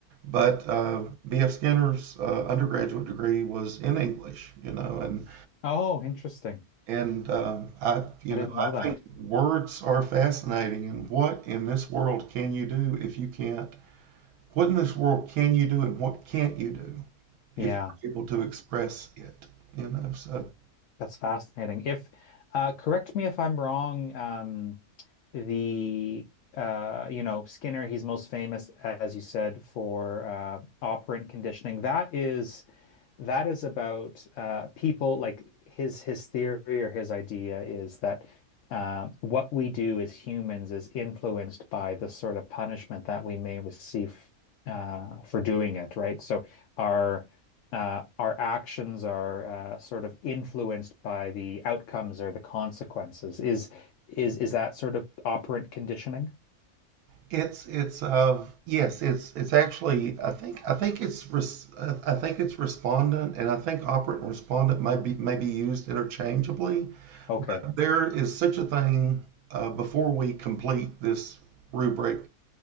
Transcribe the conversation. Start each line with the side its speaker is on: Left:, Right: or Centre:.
Right: But uh, B.F. Skinner's uh, undergraduate degree was in English, you know, and
Left: Oh, interesting.
Right: and um, I, you
Left: I
Right: know,
Left: didn't know
Right: I
Left: that.
Right: think words are fascinating. And what in this world can you do if you can't? What in this world can you do, and what can't you do if
Left: Yeah,
Right: you're able to express it? You know, so
Left: that's fascinating. If uh, correct me if I'm wrong, um, the uh, you know, Skinner, he's most famous, as you said, for uh, operant conditioning. That is that is about uh, people like his his theory or his idea is that uh, what we do as humans is influenced by the sort of punishment that we may receive uh, for doing it, right? So our uh, our actions are uh, sort of influenced by the outcomes or the consequences. Is is is that sort of operant conditioning?
Right: it's it's uh yes, it's it's actually I think I think it's res, I I think it's respondent, and I think operant and respondent may be may be used interchangeably.
Left: Okay.
Right: there is such a thing uh, before we complete this rubric